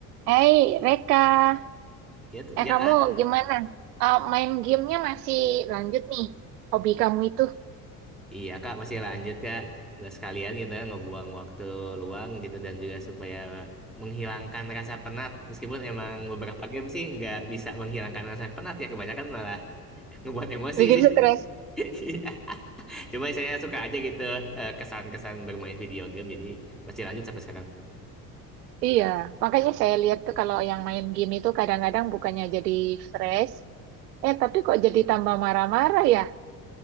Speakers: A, on the right; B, in the centre.
A: Hey, Reka.
B: Ya, t- ya
A: Eh, kamu
B: kak.
A: gimana? Eh, main gamenya masih lanjut nih, hobi kamu itu.
B: Iya kak masih lanjut kak. Udah Sekalian gitu ya, ngebuang waktu luang gitu dan juga supaya menghilangkan rasa penat. Meskipun emang beberapa game sih nggak bisa menghilangkan rasa penat ya kebanyakan malah <laughs> ngebuat emosi
A: Bikin
B: sih.
A: stres.
B: <laughs> Iya. Cuma saya suka aja gitu eh, kesan-kesan bermain video game jadi masih lanjut sampai sekarang.
A: Iya, makanya saya lihat tuh kalau yang main game itu kadang-kadang bukannya jadi fresh, eh tapi kok jadi tambah marah-marah ya.